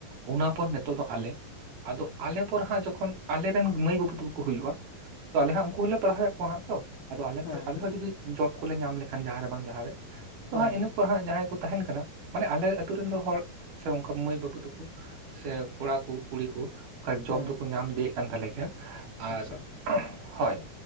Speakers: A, on the right; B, on the left.
A: ᱚᱱᱟ ᱯᱚᱨ ᱱᱤᱛᱚᱜ ᱫᱚ ᱟᱞᱮ ᱟᱫᱚ ᱟᱞᱮ ᱯᱚᱨ ᱦᱟᱸᱜ ᱡᱚᱠᱷᱚᱱ ᱟᱞᱮ ᱨᱮᱱ ᱢᱟᱹᱭ ᱵᱟᱹᱵᱩ ᱛᱟᱹᱠᱩ ᱠᱩ ᱦᱩᱭᱩᱜ-ᱟ ᱛᱚ ᱟᱞᱮ ᱦᱟᱸᱜ ᱩᱱᱠᱩᱞᱮ ᱯᱟᱲᱦᱟᱣᱮᱫ ᱠᱚᱣᱟ ᱦᱟᱸᱜ ᱛᱚ ᱟᱫᱚ ᱟᱞᱮ
B: ᱦᱮᱸ
A: ᱠᱷᱚᱱ ᱟᱞᱮᱦᱚᱸ
B: ᱦᱮᱸ
A: ᱡᱩᱫᱤ ᱡᱚᱵ ᱠᱚᱞᱮ ᱧᱟᱢ ᱞᱮᱠᱷᱟᱱ ᱡᱟᱦᱟᱸ ᱨᱮ ᱵᱟᱝ ᱡᱟᱦᱟᱸ ᱨᱮ ᱛᱚ
B: ᱦᱮᱸ
A: ᱦᱟᱸᱜ ᱤᱱᱟᱹ ᱦᱟᱸᱜ ᱡᱟᱦᱟᱸᱭ ᱠᱚ ᱛᱟᱦᱮᱱ ᱠᱟᱱᱟ ᱢᱟᱱᱮ ᱟᱞᱮ ᱟᱛᱩ ᱨᱮᱱ ᱫᱚ ᱦᱚᱲ ᱥᱮ ᱚᱱᱠᱟ ᱢᱟᱹᱭ ᱵᱟᱹᱵᱩ ᱛᱟᱠᱚ ᱥᱮ ᱠᱚᱲᱟᱠᱩ ᱠᱩᱲᱤ ᱠᱚ
B: ᱦᱮᱸ
A: ᱡᱚᱵ ᱫᱚᱠᱚ ᱧᱟᱢᱤᱫᱤᱭᱮᱫ ᱠᱟᱱ ᱛᱟᱞᱮ ᱜᱮᱭᱟ ᱾ ᱟᱨ
B: ᱟᱪᱪᱷᱟ
A: ᱦᱚᱭ᱾